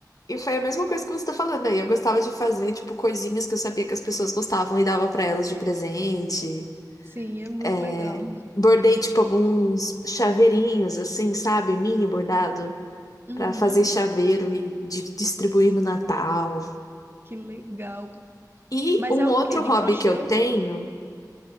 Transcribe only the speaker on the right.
Sim, é muito
legal.
Uhum,
que legal.
Mas
é o
quê? De
crochê?